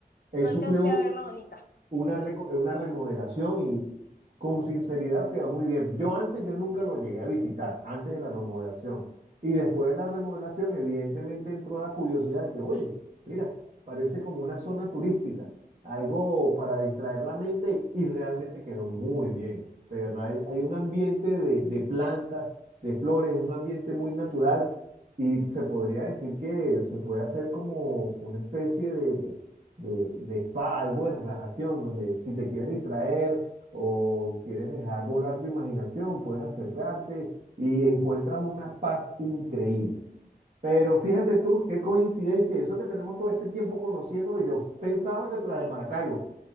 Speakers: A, on the right; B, on the left.
A: él
B: no
A: sufrió
B: alcancé a ver la bonita
A: una, reco- eh, una remodelación y con sinceridad quedó muy bien. Yo antes, yo nunca lo llegué a visitar, antes de la remodelación. Y después de la remodelación, evidentemente entró la curiosidad de que, oye, mira, parece como una zona turística, algo para distraer la mente y realmente quedó muy bien. De verdad, hay, hay un ambiente de, de plantas, de flores, un ambiente muy natural y se podría decir que se puede hacer como una especie de de, de spa, algo de relajación, donde si te quieres distraer o quieres dejar volar tu imaginación, puedes acercarte y encuentras una paz increíble. Pero fíjate tú, qué coincidencia, eso que tenemos todo este tiempo conociéndolo, yo pensaba que tú eras
B: Y
A: de Maracaibo.